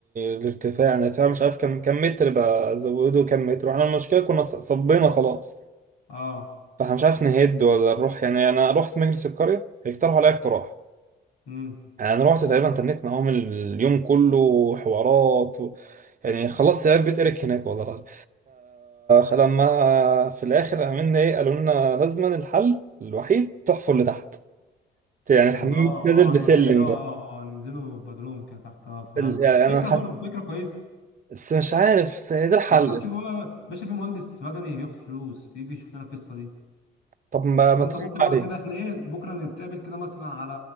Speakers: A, on the right; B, on the left.
A: الارتفاع يعني الارتفاع مش عارف كم كم متر بقى زودوا كم متر وإحنا المشكلة كنا ص- صبينا خلاص
B: اه
A: فإحنا مش عارف نهد ولا نروح يعني أنا رحت مجلس القرية اقترحوا عليا اقتراح
B: امم
A: يعني انا رحت تقريبا تنيت معاهم اليوم كله حوارات و... يعني خلصت عيال بيت اريك هناك والله العظيم فلما في الاخر عملنا ايه قالوا لنا لازما الحل الوحيد تحفر لتحت يعني الحمام
B: الله اه
A: نازل بسلم
B: يعني زي اه آه،
A: بقى
B: آه، ننزله بدروم كده تحت اه فهمت
A: ال- يعني
B: فكره
A: انا حس...
B: برضه فكره كويسه
A: بس مش عارف بس ده الحل
B: ما احنا نشوف بقى باشا في مهندس مدني بياخد فلوس يجي يشوف لنا القصه دي
A: طب ما
B: فانت
A: ما ترد
B: بكره
A: عليه
B: بقى كده احنا ايه بكره نتقابل كده مثلا على